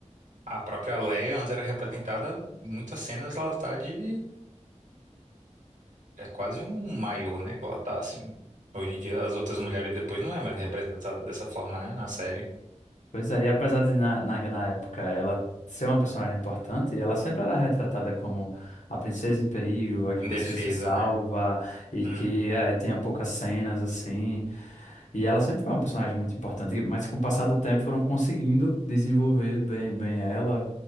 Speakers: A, on the right; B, on the left.
A: A própria Leia, antes era representada, em muitas cenas ela tá de. É quase um maiô, né? Que ela tá assim. Hoje em dia, as outras mulheres depois não é mais representada dessa forma, né? Na série.
B: Pois é, e apesar de na, na, na época ela ser uma personagem importante, ela sempre era retratada como a princesa em perigo, a que
A: Em
B: precisa
A: defesa,
B: ser salva
A: né?
B: e
A: Hum.
B: que é, tinha poucas cenas assim. E ela sempre foi uma personagem muito importante, mas com o passar do tempo foram conseguindo desenvolver bem, bem ela